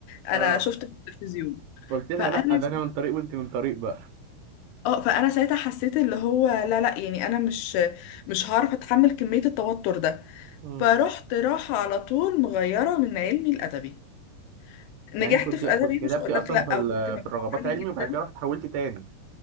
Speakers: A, on the left; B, on the right.
A: انا
B: اه
A: شفت في التلفزيون
B: قلت لها
A: فانا
B: لا ده انا من طريق وانت من طريق بقى
A: اه فانا ساعتها حسيت اللي هو لا لا يعني انا مش مش هعرف اتحمل كميه التوتر ده
B: امم
A: فرحت راحه على طول مغيره من علمي الادبي نجحت
B: يعني انت كنت
A: في
B: كنت
A: ادبي
B: كتبتي
A: مش هقول لك
B: اصلا
A: لا
B: في ال-
A: او جبت مجموع
B: في الرغبات
A: عالي
B: علمي
A: جدا
B: وبعد كده رحت حولت تاني